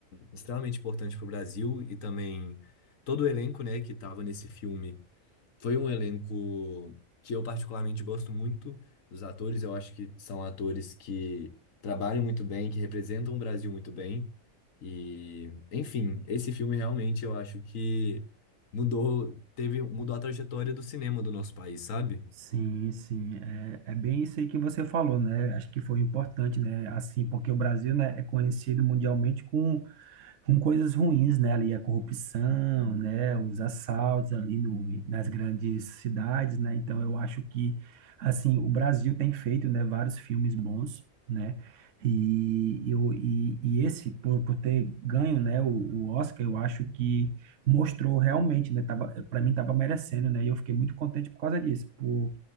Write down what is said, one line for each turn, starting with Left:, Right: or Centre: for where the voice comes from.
Left: extremamente importante para o Brasil e também todo o elenco, né, que estava nesse filme foi um elenco que eu particularmente gosto muito dos atores. Eu acho que são atores que trabalham muito bem, que representam o Brasil muito bem. E, enfim, esse filme realmente eu acho que mudou, teve, mudou a trajetória do cinema do nosso país, sabe?
Right: Sim, sim, é, é bem isso aí que você falou, né? Acho que foi importante, né? Assim, porque o Brasil, né, é conhecido mundialmente com com coisas ruins, né? Ali a corrupção, né? Os assaltos ali no, nas grandes cidades, né? Então eu acho que, assim, o Brasil tem feito, né? Vários filmes bons, né? E, eu, e, e esse, por, por ter ganho, né? O, o Oscar, eu acho que mostrou realmente, né? Tava, para mim tava merecendo, né? E eu fiquei muito contente por causa disso, por,